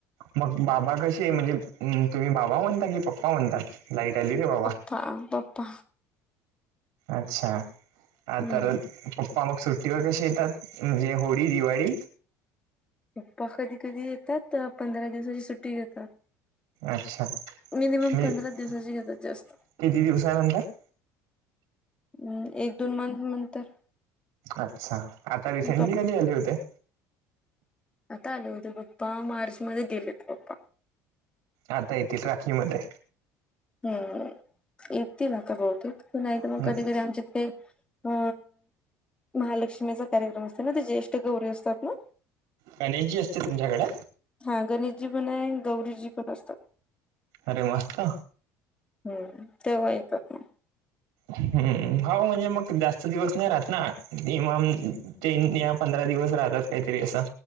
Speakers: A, on the right; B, on the left.
A: मग बाबा कसे म्हणजे तुम्ही बाबा म्हणता की पप्पा म्हणतात लाईट आली रे बाबा
B: ह पप्पा
A: अच्छा
B: हम्म
A: आ तर पप्पा मग सुट्टीवर कसे येतात म्हणजे होळी, दिवाळी
B: पप्पा कधी, कधी येतात पंधरा दिवसाची सुट्टी घेतात
A: अच्छा
B: मिनिमम
A: मी
B: पंधरा
A: किती
B: दिवसाची घेतात जास्त
A: दिवसानंतर
B: हम एक, दोन मंथ नंतर
A: अच्छा आता रिसेंटली
B: प
A: कधी आले होते
B: आता आल होते पप्पा मार्च मध्ये गेलेत पप्पा
A: आता येतील राखी मध्ये
B: हम् येतील आता बहुतेक, नाही तर
A: हम्म.
B: मग कधी-कधी आमच्या त काही अ, महालक्ष्मीचा कार्यक्रम असते ना ते ज्येष्ठ गौरी असतात ना?
A: गणेशजी असते तुमच्याकडे
B: हा गणेशजी पण ये, गौरीजी पण असतात.
A: अरे मस्त!
B: हम्म, तेव्हा येतात म.
A: हम्म हाव, म्हणजे मग जास्त दिवस नाही राहत नाम मग तीन या पंधरा दिवस राहतात काहीतरी अस